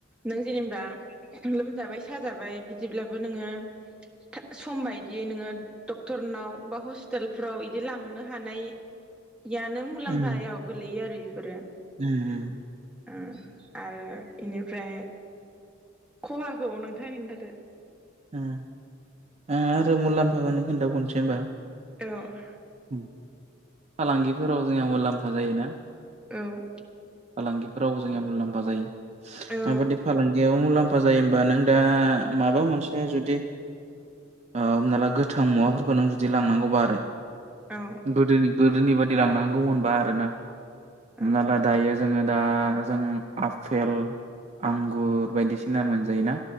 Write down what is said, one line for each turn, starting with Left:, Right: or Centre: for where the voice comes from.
Centre: नों जेनेबा लोमजाबाय साजाबाय बिदिब्लाबो नोङो थाब सम बायदियै नोङो डक्टरनाव बा हस्पिटालफ्राव इदि लांनो हानाय
Right: <inaudible>
Centre: यानो मुलाम्फायाव
Right: उम
Centre: गोलैयो आरो इफोरो
Right: उम उम।
Centre: ओम आरो इनिफ्राय खहाखौ नोंथाङा खोनथादो?
Right: ओम ओ आरो मुलाम्फाखौनो खिन्थाबावनोसै होमबा
Centre: औ।
Right: उम फालांगिफोराव जोंहा मुलाम्फा जायोना
Centre: औ।
Right: फालांगिफोरावबो जोंया मुलाम्फा जायो
Centre: औ
Right: माबादि फालांगियाव मुलाम्फ मफा जायो होमबा नों दा माबा मोनसे बे जुदि ओ हमना ला गोथां मुवाफोरखौ नों जुदि लांनांगौबा आरो।
Centre: औ
Right: गोदोनि गोदोनि बादि लांनांगौ मोनबा आरोना हमना
Centre: औ
Right: ला दायो जोङो दा जों आफेल आंगुर बायदिसिना मोनजायोना